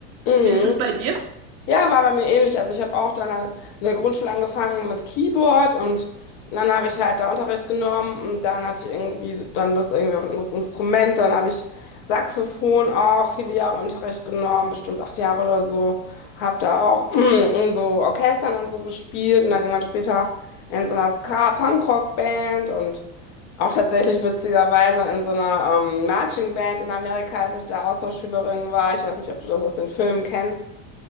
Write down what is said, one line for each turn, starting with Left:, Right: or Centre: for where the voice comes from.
Left: Mhm.
Right: Wie ist es bei dir?
Left: Ja, war bei mir ähnlich. Also ich habe auch dann an- in der Grundschule angefangen mit Keyboard und dann habe ich halt da Unterricht genommen und dann hatte ich irgendwie dann Lust irgendwie auf ein anderes Instrument. Dann habe ich Saxophon auch viele Jahre Unterricht genommen, bestimmt acht Jahre oder so. Habe da auch <clears throat> in so Orchestern und so gespielt und dann irgendwann später in so einer Ska-Punkrock-Band und auch tatsächlich witzigerweise in so einer ähm, Marching Band in Amerika, als ich da Austauschschülerin war. Ich weiß nicht, ob du das aus den Filmen kennst